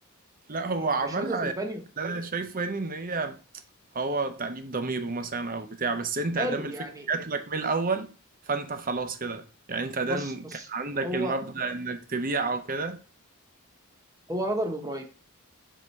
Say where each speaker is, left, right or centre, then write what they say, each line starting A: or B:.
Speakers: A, on the right; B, on the right.
A: لا هو
B: يعني
A: عملها
B: مشهده في البانيو
A: يعني اللي أنا شايفه يعني إن هي هو تأنيب ضميره مثلا او بتاع بس انت
B: حلو
A: ادام
B: يعني
A: الفكره جات لك من الاول فانت خلاص كده يعني انت ادام
B: بص بص
A: كان عندك
B: هو
A: المبدأ انك تبيع او كده
B: هو غدر بابراهيم